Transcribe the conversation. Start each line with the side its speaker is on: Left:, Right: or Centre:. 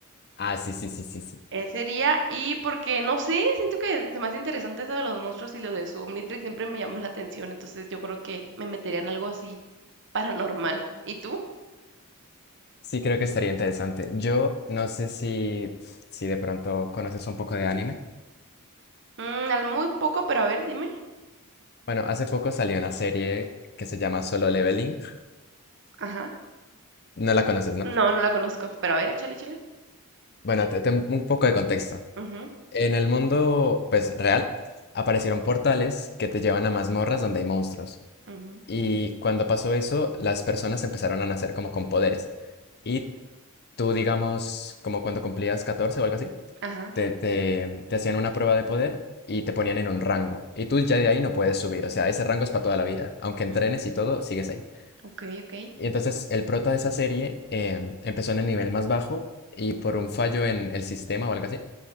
Left: Ah, sí, sí, sí, sí, sí.
Right: ese sería. Y porque, no sé, siento que se me hace interesante eso de los monstruos y lo de su Omnitrix siempre me llamó la atención, entonces yo creo que me metería en algo así paranormal. ¿Y tú?
Left: Sí, creo que estaría interesante. Yo no sé si, si de pronto conoces un poco de anime.
Right: Mm, al muy poco, pero a ver, dime.
Left: Bueno, hace poco salió una serie que se llama Solo Leveling.
Right: Ajá.
Left: No la conoces, ¿no?
Right: No, no la conozco, pero a ver, échale, échale.
Left: Bueno, te, te- un poco de contexto.
Right: Ujú,
Left: En el mundo, pues, real, aparecieron portales que te llevan a mazmorras donde hay monstruos.
Right: ujú,
Left: Y cuando pasó eso, las personas empezaron a nacer como con poderes. Y Tú, digamos, como cuando cumplías 14 o algo así,
Right: Ajá.
Left: te, te- te hacían una prueba de poder y te ponían en un rango. Y tú ya de ahí no puedes subir. O sea, ese rango es para toda la vida. Aunque entrenes
Right: Mm,
Left: y todo, sigues ahí.
Right: Ok, ok.
Left: Y entonces el prota de esa serie em, empezó en el nivel más bajo y por un fallo en el sistema o algo así,